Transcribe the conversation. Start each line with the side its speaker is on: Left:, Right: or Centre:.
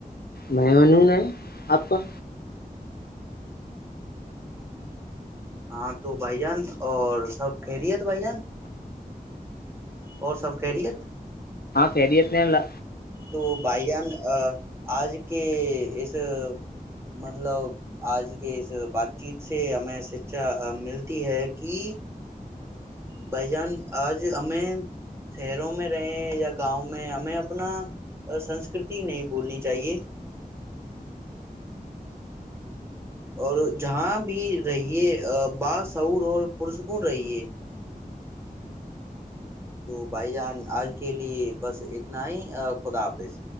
Left: منون ہے آپ کا
Right: ہاں تو بھائی جان اور سب کہہ رہیت بھائی جان اور سب کہہ رہیت
Left: پیڑتنےلہ
Right: تو بھائی جان آج کے اس مطلب آج کے اس بات چیت سے ہمیں شکچھا ملتی ہے کہ بھائی جان آج ہمیں شہروں میں رہے یا گاؤں میں ہمیں اپنا سنسکرتی نہیں بھولنی چاہیے اور جہاں بھی رہیے باشعور اور پرسکوں رہیے تو بھائی جان آج کے لیے بس اتنا ہی خدا حافظ